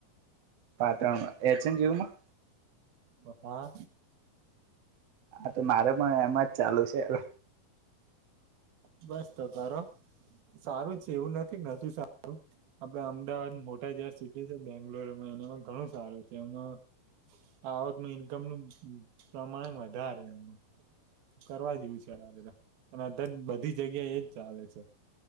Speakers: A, on the right; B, on the right.
A: Patan H A G U માં.
B: હ હા.
A: હા તો મારે પણ એમા જ ચાલુ છે એ
B: હ બસ તો કરો. સારું છે એવું નથી નથી સારું આપડે અમદાવાદ મોટા જે સિટી છે બેંગ્લોર એમાં એનામાં ઘણું સારું છે, એમાં આવકનું ઈન્કમ નું પ્રમાણ વધારે એમાં કરવા જેવું છે <unintelligible> અને અત્યાર બધી જગ્યા એજ ચાલે છે.